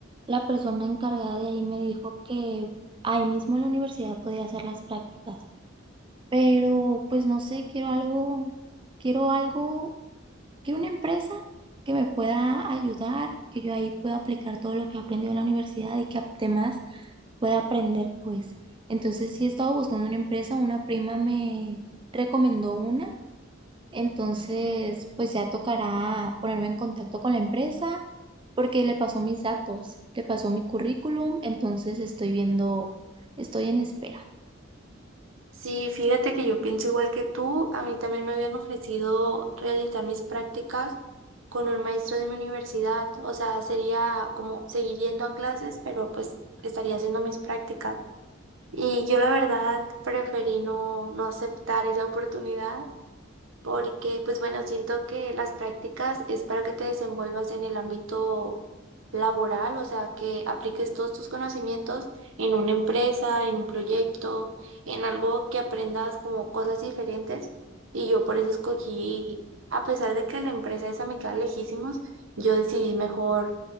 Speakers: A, on the right; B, on the right.
A: la persona encargada de ahí me dijo que ahí mismo en la universidad podía hacer las prácticas. pero pues no sé, quiero algo, quiero algo, quiero una empresa que me pueda ayudar, que yo ahí pueda aplicar todo lo que he aprendido en la universidad y que además pueda aprender, pues. Entonces sí he estado buscando una empresa, una prima me recomendó una, entonces pues ya tocará ponerme en contacto con la empresa porque le pasó mis datos, le pasó mi currículum, entonces estoy viendo, estoy en espera.
B: Sí, fíjate que yo pienso igual que tú, a mí también me habían ofrecido realizar mis prácticas con un maestro de mi universidad, o sea, sería como seguir yendo a clases, pero pues estaría haciendo mis prácticas. Y yo la verdad preferí no, no aceptar esa oportunidad porque, pues bueno, siento que las prácticas es para que te desenvuelvas en el ámbito laboral, o sea, que apliques todos tus conocimientos en una empresa, en un proyecto, en algo que aprendas como cosas diferentes. Y yo por eso escogí, a pesar de que la empresa esa me queda lejísimos, yo decidí mejor